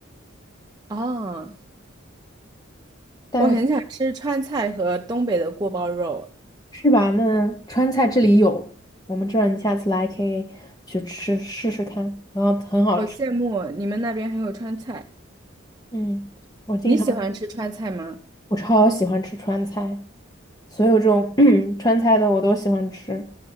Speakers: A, on the right (about 20°); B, on the left (about 20°).
A: 哦，
B: 但是
A: 我很想吃川菜和东北的锅包肉，
B: 是吧？那川菜这里有，我们这儿你下次来可以去吃试试看，然后很好吃。
A: 好羡慕你们那边还有川菜。
B: 嗯，我经常
A: 你喜欢吃川菜吗？
B: 我超喜欢吃川菜，所有这种 <clears throat> 川菜的我都喜欢吃。